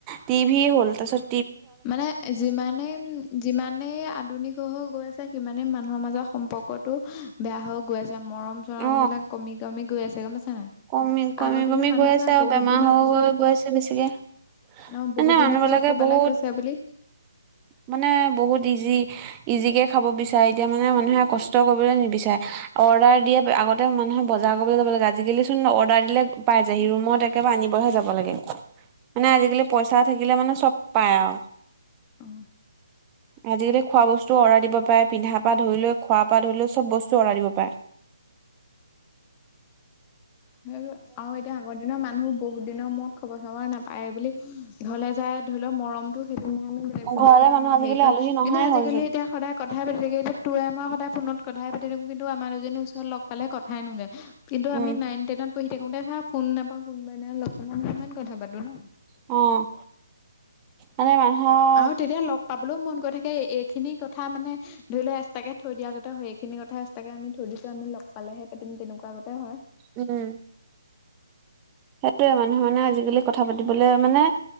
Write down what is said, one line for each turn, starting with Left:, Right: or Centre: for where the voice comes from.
Right: টিভি হ'ল তাচট
Left: মানে যিমানেই -যিমানেই আধুনিক হৈ হৈ গৈ আছে সিমানেই মানুহৰ মাজৰ সম্পৰ্কটো বেয়া হৈ গৈ আছে মৰম- চৰম
Right: অ
Left: বিলাক কমি- কমি গৈ আছে গম পাইছা নাই?
Right: কমি -কমি
Left: আগৰ
Right: -কমি
Left: দিনৰ মানুহ
Right: গৈ আছে
Left: চা
Right: আৰু
Left: বহুত
Right: বেমাৰ
Left: দিনৰ
Right: হৈ-
Left: পিছত
Right: হৈ গৈ আছে বেছিকে।
Left: অ',
Right: মানে
Left: বহুত
Right: মানুহ
Left: দিনৰ
Right: বিলাকে
Left: পিছত ক'বালৈ
Right: বহুত
Left: গৈছাঁ বুলি
Right: মানে বহুত ইজি ইজিকে খাব বিচাৰে এতিয়া মানে মানুহে কষ্ট কৰিবলৈ নিবিচাৰে অৰ্ডাৰ দিয়ে। আগতে মানুহে বজাৰ কৰিবলৈ যাব লাগে। আজিকালি চোন অৰ্ডাৰ দিলে পাই যায় সি ৰুমত একেবাৰে আনিবহে যাব লাগে। মানে আজিকালি পইচা থাকিলে মানে চব পায় আৰু।
Left: অ
Right: <inaudible> আজিকালি খোৱা বস্তুও অৰ্ডাৰ দিব পাৰে পিন্ধা পা ধৰি লৈ খোৱা পা ধৰি লৈ চব বস্তু অৰ্ডাৰ দিব পাৰে।
Left: সেই আৰু এতিয়া আগৰ দিনৰ মানুহ বহুত দিনৰ মোৰ খবৰ চবৰ নাপায় বুলি। ঘৰলে যায় ধৰি লওঁক মৰমতটো সেইদিন আমি খবে
Right: ঘৰলে
Left: কিবা
Right: মানুহ
Left: নহয়
Right: আজিকালি
Left: হেৰি কয়
Right: আলহী নহাই
Left: কিন্তু আজিকালি
Right: হ'লচোন
Left: এতিয়া সদায় কথাই পাতি থাকে। এতিয়া তোৱে মই সদায় ফোনত কথাই পাতি থাকোঁ কিন্তু আমাৰ দুজনীৰ ওচৰত লগ পালে কথাই নোলোয়। কিন্তু
Right: উম
Left: আমি নাইন টেনত পঢ়ি থাকোতে চা ফোন নাপাওঁ কোনোবা এদিনা খন লগপালে কিমান কথা পাতোঁ ন।
Right: অ এনে নহয়।
Left: আৰু তেতিয়া লগ পাবলও মন গৈ থাকে এইখিনি কথা মানে ধৰিলোৱা এক্সট্ৰা কে থৈ দিয়া আগতে হয়। এইখিনি কথা এক্সট্ৰাকে আমি থৈ দিছো আমি লগ পালেহে পাতিম তেনেকুৱা আগতে হয়।
Right: উমহু উ। সেইটোৱে মানুহে মানে আজিকালি কথা পাতিবলে মানে ই ই